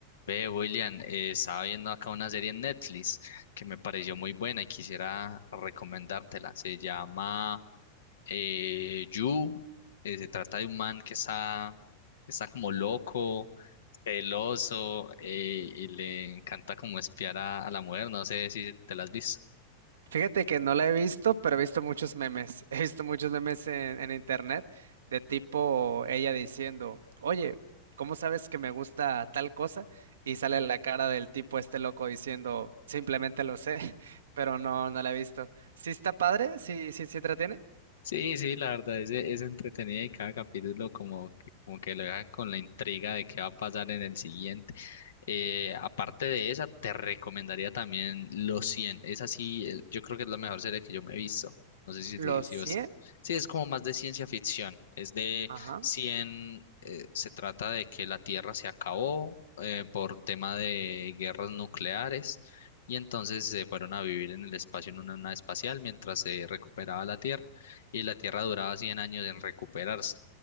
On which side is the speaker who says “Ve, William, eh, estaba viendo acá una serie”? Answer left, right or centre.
Left